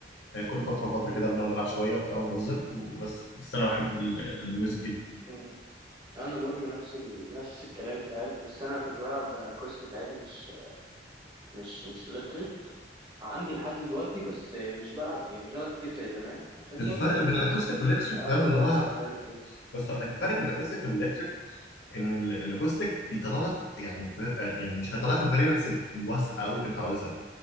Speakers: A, on the left; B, on the right.
A: يعني كل فترة وفترة
B: مم.
A: كده بنقعد نلعب شوية وبتاع ونهزر وبس بس أنا بحب ال- الميوزك جدا
B: مم. انا برضو نفس ال... نفس الكلام انت عارف بس انا كنت بلعب اكوستيك عادي مش مش مش الكتريك عندي لحد دلوقتي بس مش بلعب يعني مش بلعب كتير زي زمان عشان
A: الفرق
B: برضو
A: بين الأكوستيك والإلكتريك
B: اغلب
A: فاهم اللي
B: الوقت
A: هو
B: شغال وكده
A: بس هقول لك الفرق بين الأكوستيك والإلكتريك إن ال- الأكوستيك بيطلع لك يعني فر... يعني مش هيطلع لك الفاريبلز الواسعة أوي اللي أنت عاوزها